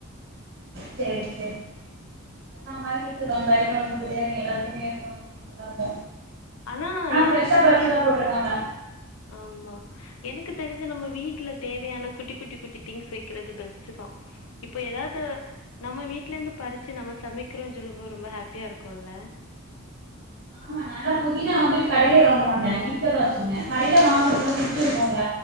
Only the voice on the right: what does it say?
சேரி செரி அதா <unintelligible> வச்சிருப்பாங்க கறி குழம்பு பிரியாணி எல்லாத்தையுமே <inaudible> பண்ணுவாங்க நல்லா இருக்கு
ஃப்ரெஷ்ஷா
பறிச்சுதா போட்ருக்காங்க
ஆமா நா னா புதினா வந்து கடைலேயே வாங்க மாட்ட வீட்டுலதா வச்சிருக்க கடையில வாங்கறது சுத்தி இருக்கும்ல